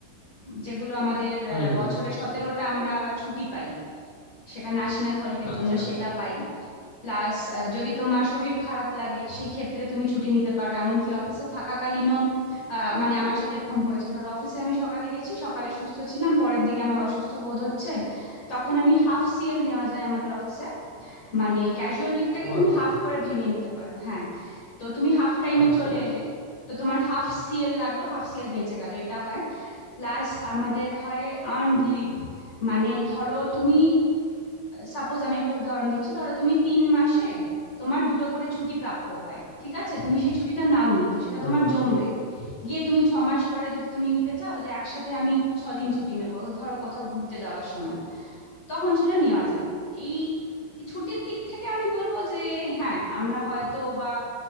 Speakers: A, on the left (about 40°); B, on the left (about 60°).
A: যেগুলো আমাদের
B: হম
A: আহ,
B: হম
A: বছরে সতেরোটা আমরা ছুটি পাই সেটা ন্যাশনাল হলিডের
B: আচ্ছা
A: জন্য সেটা
B: আচ্ছা।
A: পাই প্লাস যদি তোমার শরীর খারাপ লাগে সেই ক্ষেত্রে তুমি ছুটি নিতে পারো এমনকি অফিসে থাকাকালীনও আহ, মানে আমার সাথে এরকম হয়েছে ধরো অফিসে আমি সকালে গেছি সকালে সুস্থ ছিলাম পরের দিকে আমার অসুস্থ বোধ হচ্ছে তখন আমি হাফ সিএল নেওয়া যায় আমাদের অফিসে মানে ক্যাজুয়াল লিভটাকে
B: ও
A: তুমি
B: আচ্ছা
A: হাফ করে ভেঙে নিতে পারো হ্যাঁ তো তুমি হাফ টাইমে
B: আচ্ছা
A: চলে
B: আচ্ছা
A: এলে তো তোমার হাফ সিএল লাগলো হাফ সিএল বেঁচে গেল এটা হয় প্লাস আমাদের হয় আর্নড লিভ মানে ধরো তুমি সাপোজ আমি একটা উদাহরণ দিচ্ছি ধরো তুমি তিন মাসে তোমার দুটো করে ছুটি প্রাপ্য হয় ঠিক আছে তুমি সেই ছুটিটা নাও নি তো সেটা
B: হম
A: তোমার
B: হম
A: জমবে গিয়ে তুমি ছ মাস পরে যদি তুমি নিতে চাও যে একসাথে আমি ছ দিন ছুটি নেবো ধরো কোথাও ঘুরতে যাওয়ার সময় তখন সেটা নেওয়া যায় এই ছুটির দিক থেকে আমি বলবো যে হ্যাঁ আমরা হয়তো বা